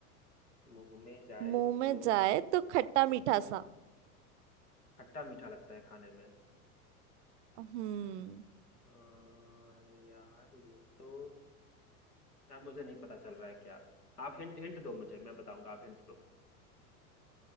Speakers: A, on the left (about 85°); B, on the right (about 50°).
A: मुंह में जाए
B: मुंह
A: तो
B: में जाए तो खट्टा मीठा सा
A: खट्टा मीठा लगता है खाने में
B: हम्म
A: हाँ। अरे यार ये तो यार मुझे नहीं पता चल रहा है क्या आप हिंट हिंट दो मुझे मैं बताऊंगा आप हिंट दो